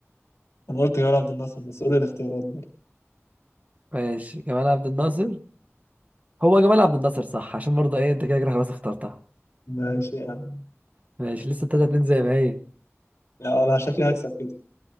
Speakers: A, on the left (about 70°); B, on the right (about 30°).
A: أنا قلت جمال عبد الناصر بس قول لي الاختيارات برضه
B: ماشي جمال عبد الناصر هو جمال عبد الناصر صح عشان برضه إيه أنت كده كده خلاص اخترتها
A: ماشي يا عم
B: ماشي لسه تلاتة اتنين زي ما هي
A: يا أنا شكلي هكسب كده